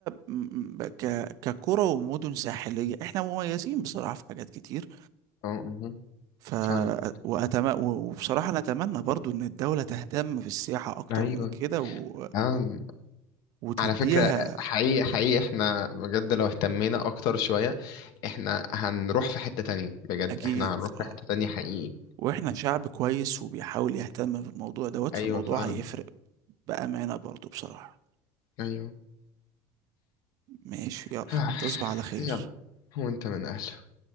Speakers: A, on the right (about 45°); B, on the left (about 50°).
A: م- ك كقرى ومدن ساحليه احنا مميزين بصراحه في حاجات كتير
B: اه مهم.
A: ف
B: فعلا
A: وأتم... و- وبصراحه انا اتمنى برضو ان الدوله تهتم بالسياحه اكتر
B: أيوة
A: من كده و...
B: آه
A: وتديها
B: على فكرة حقيقي حقيقي احنا بجد لو اهتمينا اكتر شوية احنا هنروح في حتة تانية بجد
A: اكيد
B: احنا هنروح
A: اه
B: في حتة تانية حقيقي
A: واحنا شعب كويس وبيحاول يهتم بالموضوع دوت
B: ايوه
A: فالموضوع
B: فعلا
A: هيفرق بامانه برضو بصراحه
B: ايوه
A: ماشي يلا
B: <sighs>
A: تصبح على خير
B: يلا هو انت من اهله